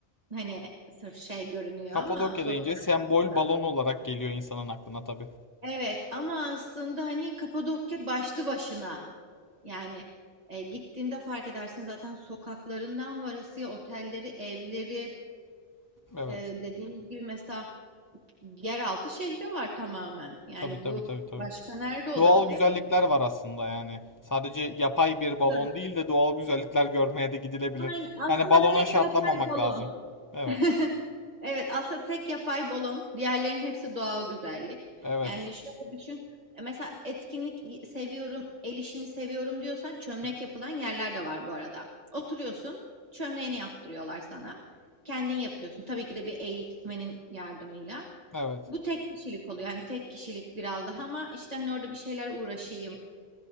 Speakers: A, on the right; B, on the left.
A: Hani sırf şey görünüyor
B: Kapadokya
A: ama sosyal
B: deyince sembol
A: medyada.
B: balon olarak geliyor insanın aklına tabii.
A: Evet ama aslında hani Kapadokya başlı başına. Yani e, gittiğinde fark edersin zaten sokaklarından varasıya otelleri, evleri
B: Evet.
A: e, dediğimiz gibi mesela yeraltı şehri var tamamen. Yani
B: Tabii tabii
A: bu
B: tabii tabii.
A: başka nerede olabilir?
B: Doğal güzellikler var aslında yani. Sadece yapay bir balon
A: Evet.
B: değil de doğal güzellikler görmeye de gidilebilir.
A: Aynen. Aslında
B: Yani balona
A: tek
B: şartlamamak
A: yapay balon.
B: lazım. Evet.
A: <laughs> Evet, aslında tek yapay balon, diğerlerinin hepsi doğal güzellik.
B: Evet.
A: Yani şöyle düşün, e, mesela etkinlik seviyorum, el işini seviyorum diyorsan çömlek yapılan yerler de var bu arada. Oturuyorsun, çömleğini yaptırıyorlar sana. Kendin yapıyorsun. Tabii ki de bir eğitmenin yardımıyla.
B: Evet.
A: Bu tek kişilik oluyor. Yani tek kişilik biraz daha ama işte hani orada bir şeyler uğraşayım